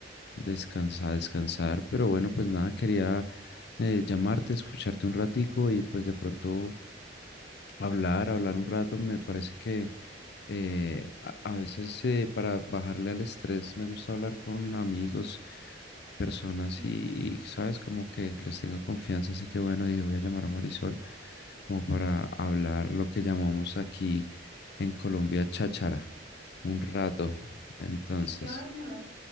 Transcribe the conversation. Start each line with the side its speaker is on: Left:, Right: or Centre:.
Left: descansar, descansar, pero bueno, pues nada, quería eh, llamarte, escucharte un ratico y pues de pronto Hablar, hablar un rato, me parece que eh, a, a veces eh, para bajarle al estrés me gusta hablar con amigos, personas
Right: Sí,
Left: y, y, sabes, como que les tengo confianza, así que bueno, dije, voy a llamar a Marisol como para hablar lo que llamamos aquí en Colombia cháchara, un rato. Entonces,
Right: qué bueno.